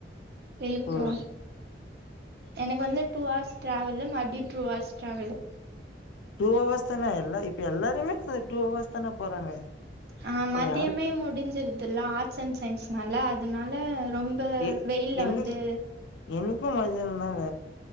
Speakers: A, on the right; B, on the left.
A: விழுப்புற
B: ஓ
A: எனக்கு வந்து டூ ஹர்ஸ் டிராவல்லு மதிய two hours travel
B: two hours தான எல்லா இப்ப எல்லாருமே அந்த டூ ஹவர்ஸ் தான போறாங்க
A: ஆ
B: இப்ப
A: மதியமே
B: யாருக்கு
A: முடிஞ்சிருதுல்ல ஆர்ட்ஸ் அண்ட் சயின்ஸ்னால அதனால ரொம்ப
B: எ
A: வெயில்ல
B: எனக்
A: வந்து
B: எனக்கு மதியம் தாங்க